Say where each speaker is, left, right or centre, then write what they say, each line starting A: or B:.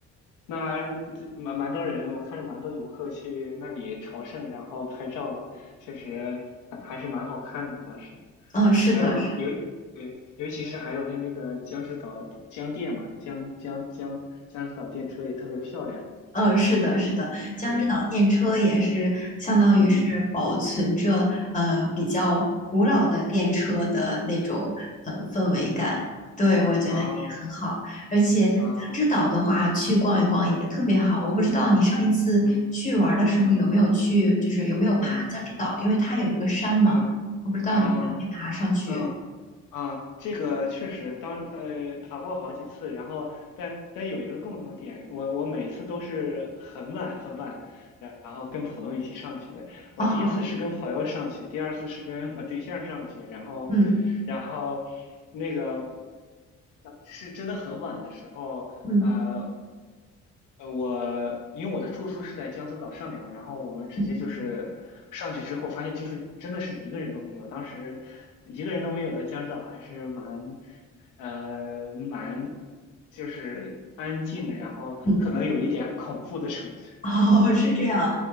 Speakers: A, on the left (about 85°); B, on the left (about 25°).
A: 那这蛮蛮多人，我看着蛮多游客去那里朝圣，然后拍照的，确实还还是蛮好看的。当时
B: 嗯，是的，
A: 还有尤对，尤其是还有那那个江之岛江电嘛，江江江江之岛电车也特别漂亮。
B: 嗯，是的，是的，江之岛电车也是相当于是保存着呃比较古老的电车的那种呃氛围感，
A: 对，嗯嗯
B: 对，我觉得也很好。
A: 啊
B: 而且江之岛的话，
A: 啊
B: 去逛一逛也特别好。我不知道你上一次去玩儿的时候有没有去，
A: 嗯嗯
B: 就是有没有爬江之岛，
A: 嗯
B: 因为它有一个山嘛，
A: 嗯啊啊。
B: 我不知道你爬没爬上去。
A: 嗯啊，这个确实当呃爬过好几次，然后但但有一个共同点，我我每次都是很晚很晚，然然后跟朋友一起上去的。我第一次是跟朋友上去，
B: 哦，
A: 第二次是跟我对象上去，然后
B: 嗯
A: 然后那个呃是真的很晚的时候，
B: 嗯
A: 呃。呃，我因为我的住宿是在江之岛上面嘛，然后我们直接就是上去之后发现，
B: 嗯
A: 就是真的是一个人都没有。当时一个人都没有的江之岛还是蛮，呃，蛮就是安静，然后可能有一点恐怖的成分。
B: 嗯。
A: <laughs>
B: <laughs> 哦，是这样。